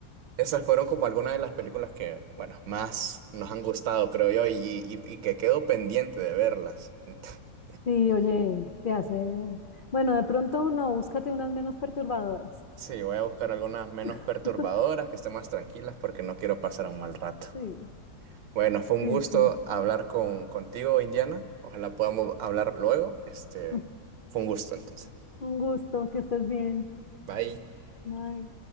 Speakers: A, on the right; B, on the left.
A: Esas fueron como algunas de las películas que, bueno, más nos han gustado, creo yo, y, y- y que quedo pendiente de verlas. <laughs>
B: Sí, oye, te hace... Bueno, de pronto no, búscate unas menos perturbadoras.
A: Sí, voy a buscar algunas menos perturbadoras,
B: <laughs>
A: que estén más tranquilas, porque no quiero pasar un mal rato.
B: Sí,
A: Bueno, fue
B: sí,
A: un gusto
B: sí.
A: hablar con, contigo, Indiana. Ojalá podamos hablar luego. Este,
B: <laughs>
A: fue un gusto, entonces.
B: Un gusto, que estés bien.
A: Bye.
B: Bye.